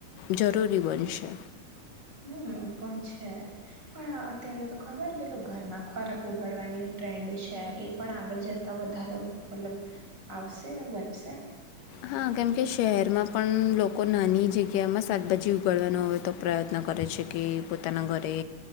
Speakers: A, on the left; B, on the right.
A: જરૂર જરૃરી બનશે
B: હમ એ પણ છે પણ અત્યારે તો ખબર પેલું ઘર માં ખોરાક ઉગાડવાની ટ્રેન્ડ છે એ પણ આગળ જતા વધારે મતલબ આવશે વધશે
A: હા કેમકે શહેરમાં પણ લોકો નાની જગ્યામાં શાકભાજી ઉગાડવાનો હોય તો પ્રયત્ન કરે કરે છે કે પોતાના ઘરે